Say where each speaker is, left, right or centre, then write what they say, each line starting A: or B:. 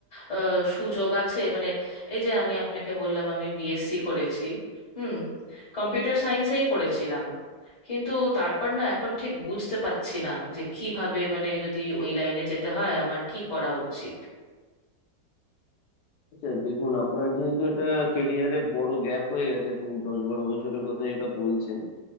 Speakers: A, on the left; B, on the left.
A: আহ, সুযোগ আছে মানে এই যে আমি আপনাকে বললাম আমি বিএসসি করেছি হুম কম্পিউটার সায়েন্সেই করেছিলাম কিন্তু তারপর না এখন ঠিক বুঝতে পারছি না যে কিভাবে মানে যদি ওই লাইনে যেতে হয় আমার কি করা উচিত
B: আচ্ছা দেখুন আপনার যেহেতু এটা কেরিয়ারে বড় গ্যাপ হয়ে গেছে আপনি দশ বারো বছরের কথা যেটা বলছেন